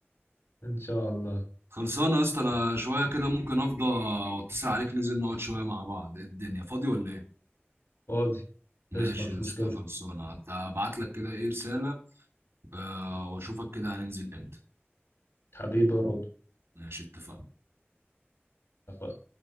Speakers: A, on the left (about 80°); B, on the right (about 80°).
A: إن شاء الله
B: خلصانه يا اسطى انا شويه كده ممكن افضى واتصل عليك ننزل نقعد شويه مع بعض إيه الدنيا فاضي ولا ايه
A: فاضي
B: ماشي
A: قشطة مش
B: يا اسطى
A: مشكلة
B: خلصانه هبعت لك كده ايه رساله آه واشوفك كده هننزل امتى
A: حبيبي يا رضا
B: ماشي اتفقنا
A: اتفقنا.